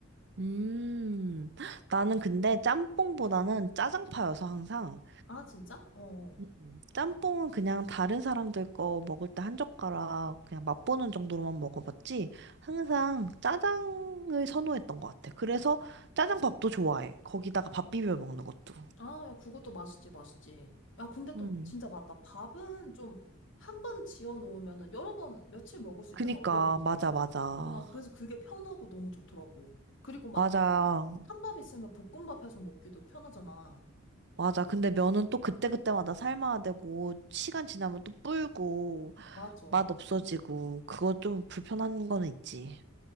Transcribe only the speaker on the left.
아, 진짜? 어. 어.
아, 야, 그것도 맛있지, 맛있지. 야, 근데 또
진짜 맞다. 밥은 좀 한번 지어 놓으면은 여러 번, 며칠 먹을 수
있잖아, 얼려놓고.
어, 난 그래서 그게 편하고 너무 좋더라고. 그리고 막
한 밥 있으면 볶음밥 해서 먹기도 편하잖아.
맞아.